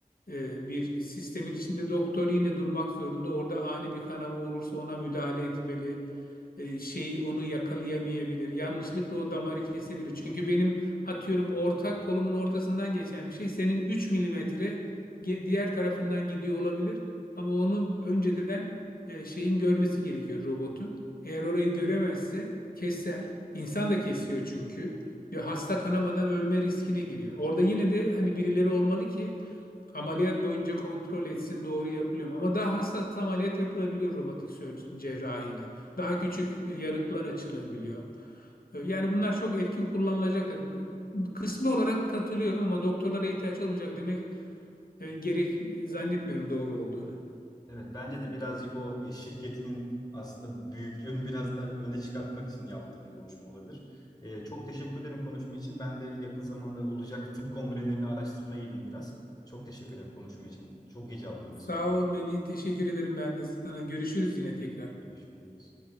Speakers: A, on the left (about 75°); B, on the left (about 25°).
A: e, bir sistemin içinde doktor yine durmak zorunda. Orada ani bir kanama olursa ona müdahale etmeli. E, şeyi onu yakalayamayabilir. Yanlışlıkla o damarı kesebilir. Çünkü benim atıyorum ortak kolumun ortasından geçen bir şey senin 3 milimetre diğer tarafından gidiyor olabilir. Ama onu önceden e, şeyin görmesi gerekiyor robotun. Eğer orayı göremezse keser. İnsan da kesiyor çünkü. Ve hasta kanamadan ölme riskine giriyor. Orada yine de hani birileri olmalı ki Ameliyat boyunca kontrol etsin doğru yapılıyor mu? Ama daha hassas ameliyat yapılabiliyor robotik sör- cerrahiyle. Daha küçük e, yarıklar açılabiliyor. E, Yani bunlar çok etkin kullanılacaktır. E, Kısmi olarak katılıyorum ama doktorlara ihtiyaç olmayacak demek e, gerek e, zannetmiyorum doğru olduğunu.
B: Evet bence de birazcık o e, şirketinin aslında büyüklüğünü <laughs> biraz da öne çıkartmak için yaptığı bir konuşma olabilir. E, çok teşekkür ederim konuşma için. Ben de yakın zamanda olacak tıp kongrelerini araştırmaya gideyim biraz. Çok teşekkür ederim konuşma için. Çok iyi cevapladınız
A: Sağ
B: sorularımı.
A: ol Melih. Teşekkür ederim ben de sana. Görüşürüz yine tekrar.
B: Görüşürüz.